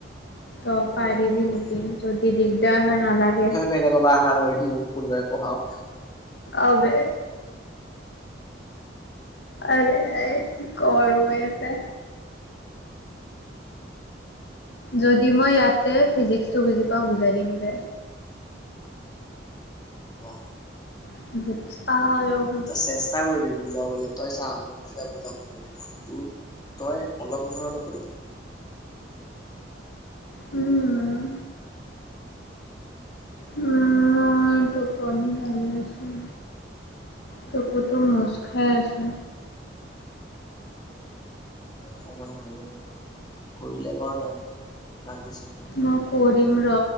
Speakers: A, on the left; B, on the left.
A: তই
B: আৰু
A: পাৰিবি
B: আকৌ
A: নেকি
B: পঢ়াই
A: যদি দিগদাৰ হয়, নালাগে।
B: বেলেগ বা আশা কৰিম মোক কোনোবাই পঢ়াওক
A: আবে আৰে কি কৰোঁ ইয়াতে যদি মই ইয়াতে ফিজিক্সটো বুজি পাওঁ। বুজাই দিম দে।
B: অ',
A: <unintelligible>
B: ত', চেষ্টা কৰিবি। বুজাবলে তই চা মোক যেতিয়া বুজাবলৈ লবি ন তোৰ তই অলপ নহয় অলপ
A: উম', মই টোপনি লাগি আছোঁ। চকুটো মোজ খাই আছে।
B: সময় হয়, কৰিলে কৰ তই ৰাখিছো।
A: মই কৰিম ৰ